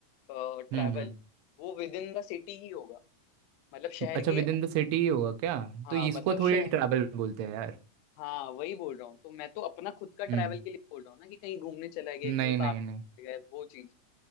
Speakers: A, on the left; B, on the right.
A: ट्रैवल
B: हम्म हम्म
A: वो विद इन द सिटी ही होगा मतलब शहर
B: अच्छा
A: के
B: विद
A: अंदर
B: इन द सिटी ही होगा क्या
A: हाँ
B: तो इसको
A: मतलब
B: थोड़ी
A: शहर
B: ट्रैवल बोलते हैं यार
A: हाँ वही बोल रहा हूँ तो मैं तो अपना खुद का ट्रैवल
B: हम्म
A: के लिए बोल रहा हूँ ना कि कहीं घूमने चला गया
B: नहीं
A: कहीं
B: नहीं
A: पार्क
B: नहीं
A: गए वो चीज